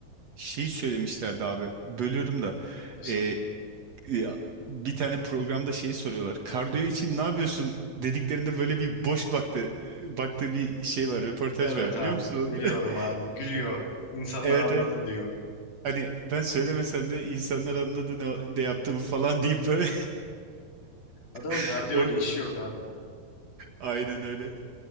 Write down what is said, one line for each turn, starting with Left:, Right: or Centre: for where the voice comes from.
Right: şeyi söylemişlerdi abi. Bölüyorum da.
Left: Mesela,
Right: Ee, ya, bir tane programda şeyi soruyorlar. Kardiyo için ne yapıyorsun? dediklerinde böyle bir boş baktı baktığı bir şey var, röportaj
Left: evet
Right: var biliyor
Left: abi
Right: musun onu?
Left: biliyorum
Right: <laughs>
Left: abi gülüyor. İnsanlar
Right: Evet
Left: anladı
Right: evet.
Left: diyor.
Right: Hani ben söylemesem de insanlar anladı ne, ne yaptığımı falan deyip böyle
Left: Adamın
Right: <laughs>
Left: kardiyo
Right: Or-
Left: ile işi yok abi.
Right: Aynen öyle.